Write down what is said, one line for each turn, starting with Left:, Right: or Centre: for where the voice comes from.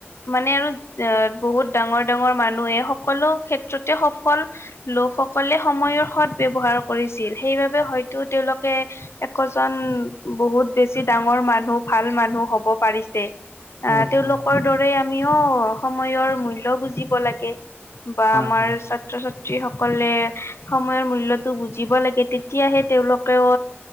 Left: মানে আৰু অ বহুত ডাঙৰ ডাঙৰ মানুহে সকলো ক্ষেত্ৰতে সল লোকসকলে সময়ৰ সৎ ব্যৱহাৰ কৰিছিল। সেইবাবে হয়তো তেওঁলোকে- এজন বহুত বেছি ডাঙৰ মানুহ ভাল মানুহ হব পাৰিছে।
Right: উম
Left: আহ তেওঁলোকৰ
Right: উম
Left: দৰে আমিও সময়ৰ মূল্য বুজিব লাগে। বা
Right: হয়
Left: আমাৰ
Right: হয়
Left: ছাত্ৰ ছাত্ৰী যি সকলে সময়ৰ মূল্যটো বুজিব লাগে তেতিয়াহে তেওঁলোকেও